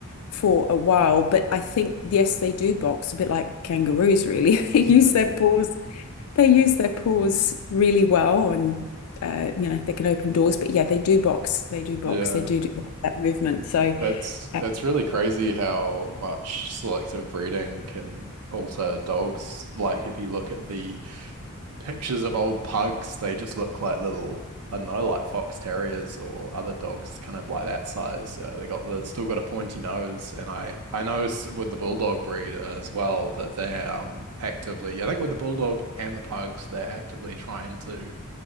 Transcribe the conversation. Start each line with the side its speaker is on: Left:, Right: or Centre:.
Left: for a while, but I think yes, they do box a bit like kangaroos, really. <laughs> They use
Right: <laughs>
Left: their paws. They use their paws really well, and uh, you know they can open doors. But yeah, they do box. They do box.
Right: Yeah.
Left: They do do that movement. So
Right: It's
Left: uh,
Right: it's really crazy how much selective breeding can alter dogs. Like if you look at the pictures of old pugs, they just look like little, I don't know, like fox terriers or other dogs, kind of like that size. Uh, they got the still got a pointy nose, and I I know s- with the bulldog breed as well that they're um actively, I think with the bulldog and the pugs, they're actively trying to